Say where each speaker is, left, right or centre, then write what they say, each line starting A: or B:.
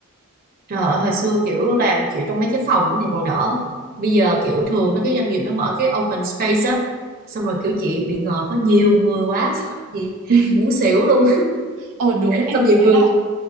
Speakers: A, on the right; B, on the right.
A: trời ơi, hồi xưa kiểu làm kiểu trong mấy cái phòng thì còn đỡ bây giờ kiểu thường mấy cái doanh nghiệp nó mở cái open space á xong rồi kiểu chị bị ngợp có nhiều người quá xong rồi chị
B: <laughs>
A: muốn xỉu luôn
B: Ờ đúng, em
A: xong
B: cũng
A: chị Vương
B: thấy là